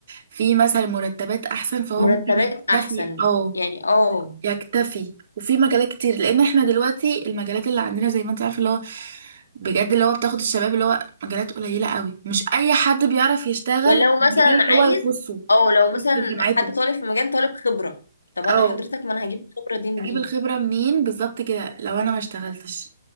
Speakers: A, on the right (about 50°); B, on the left (about 80°).
A: في مثلا مرتبات احسن فهو
B: مرتبات
A: ممكن يكتفي
B: احسن
A: او
B: يعني اه
A: يكتفي وفي مجالات كتير لان احنا دلوقتي المجالات اللي عندنا زي ما انت عارفة اللي هو بجد اللي هو بتاخد الشباب اللي هو مجالات قليلة قوي مش اي حد بيعرف يشتغل
B: ولو
A: في المجال
B: مثلا
A: اللي
B: عايز
A: هو يخصه
B: او لو مثلا
A: يخص جامعته
B: حد طالب في مجال طالب خبرة طب انا
A: اه
B: حضرتك ما انا هجيب الخبرة دي منين
A: اجيب الخبرة منين بالظبط كده لو انا ما اشتغلتش